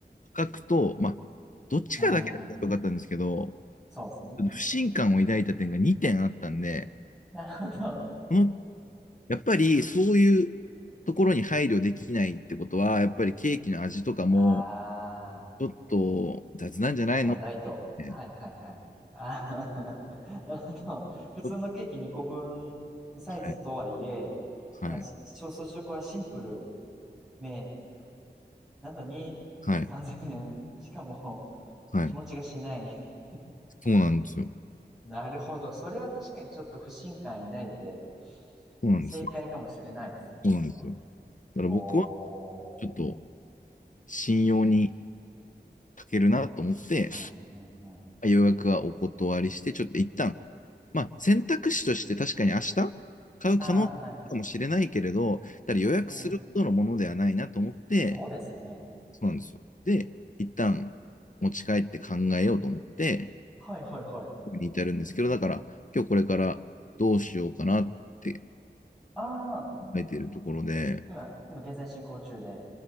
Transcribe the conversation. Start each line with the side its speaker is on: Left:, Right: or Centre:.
Left: 価格と、まあ、どっちかだけだったらよかったんですけど、
Centre: うん。そうですね。
Left: ちょっと不信感を抱いた点が2点あったんで、
Centre: なるほど。
Left: この、やっぱりそういうところに配慮できないってことは、やっぱりケーキの味とかも、
Centre: ああ、
Left: ちょっと雑なんじゃないのっ
Centre: どうなんだいと。
Left: て、
Centre: はいはいはい。
Left: ち
Centre: ああ、<laughs> なるほど。普通のケーキ2個分のサイズとはいえ、
Left: ょっとはい、はい、
Centre: まあ、し小装飾はシンプルめなのに3000円。
Left: はい、
Centre: しかも、
Left: はい。
Centre: 日持ちがしない。<laughs>
Left: そうなんですよ。
Centre: なるほど。それは確かにちょっと不信感抱いて、
Left: そうなんですよ。
Centre: 正解かもしれないですね、それは。
Left: そうなんですよ。だ
Centre: おー。
Left: から僕は、ちょっと信用に書けるなと思って、
Centre: うん、うん、うん。
Left: 予約はお断りして、ちょっと一旦、まあ、選択肢として確かに明日買う可能性かもしれないけれど、
Centre: ああ、はいはい。
Left: ただ予約するほどのものではないなと思って、
Centre: うん。そうですね。
Left: そうなんですよ。で、一旦持ち帰って考えようと思って、
Centre: はいはいはい。
Left: に至るんですけど、だから、今日これからどうしようかなって考
Centre: ああ、
Left: えているところで、
Centre: 今、今現在進行中で。